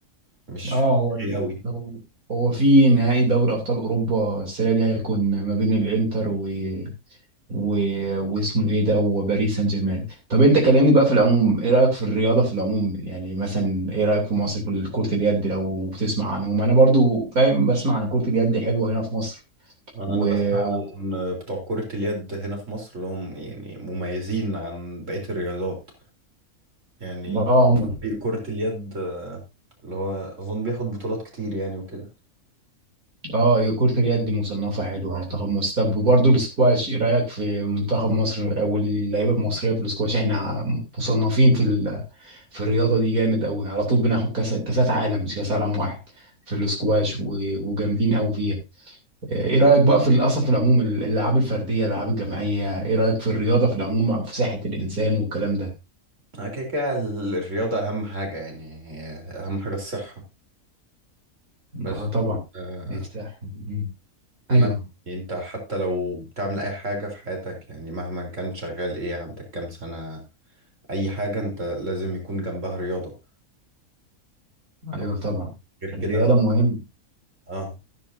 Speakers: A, on the right; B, on the right.
A: مش
B: اه
A: في
B: هو
A: دماغي قوي
B: هو هو في نهائي دوري ابطال اوروبا السنه دي هيكون ما بين الانتر و و... واسمه ايه ده وباريس سان جيرمان طب انت كلمني بقى في العموم ايه رايك في الرياضه في العموم يعني مثلا ايه رايك في مصر في كره اليد لو بتسمع عنهم انا برضو فاهم بسمع عن كره اليد حلوه هنا في مصر
A: انا
B: و
A: بسمع
B: و-
A: عن بتوع كرة اليد هنا في مصر اللي هم يعني مميزين عن بقية الرياضات يعني
B: اه هم
A: فريق كرة اليد اللي هو اظن بياخد بطولات كتير يعني وكده
B: اه كره اليد مصنفه حلوه منتخب مصر طب وبرضه الاسكواش ايه رايك في منتخب مصر او اللعيبه المصريه في الاسكواش احنا مصنفين في ال... في الرياضه دي جامد قوي على طول بناخد كاس كاسات عالم مش كاس عالم واحد في الاسكواش و... وجامدين قوي فيها ايه رأيك بقى في اصلا في العموم الالعاب الفردية الالعاب الجماعية ايه رأيك في الرياضة في العموم في صحة الانسان والكلام ده
A: آه، كده كده ال- الرياضة اهم حاجة يعني هي اهم حاجة الصحة بس
B: اه طبعا
A: آه
B: نفتح مم. ايوه
A: لا يعني انت حتى لو بتعمل اي حاجة في حياتك يعني مهما كان شغال ايه عندك كام سنة اي حاجة انت لازم يكون جنبها رياضة لو-
B: ايوه طبعا
A: غير كده
B: الرياضة
A: انت-
B: مهم
A: اه